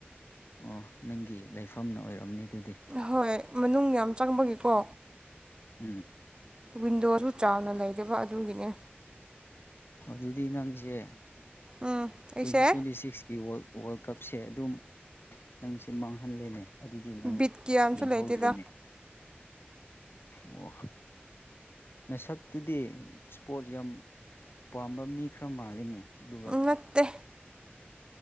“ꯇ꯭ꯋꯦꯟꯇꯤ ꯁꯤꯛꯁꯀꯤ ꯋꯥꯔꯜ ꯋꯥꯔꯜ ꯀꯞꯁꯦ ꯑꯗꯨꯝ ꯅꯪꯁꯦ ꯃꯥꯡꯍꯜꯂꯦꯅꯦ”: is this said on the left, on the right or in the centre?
Left